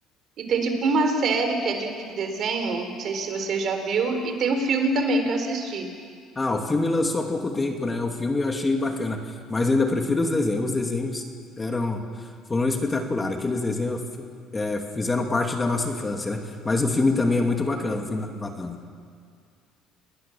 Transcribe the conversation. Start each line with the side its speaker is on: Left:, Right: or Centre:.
Right: E tem tipo uma série que é de desenho, não sei se você já viu, e tem um filme também que eu assisti.
Left: Ah, o filme lançou há pouco tempo, né? O filme eu achei bacana, mas ainda prefiro os desenhos. Os desenhos eram foram espetaculares. Aqueles desenhos eh, fizeram parte da nossa infância, né? Mas o filme também é muito bacana, o filme do Avatar.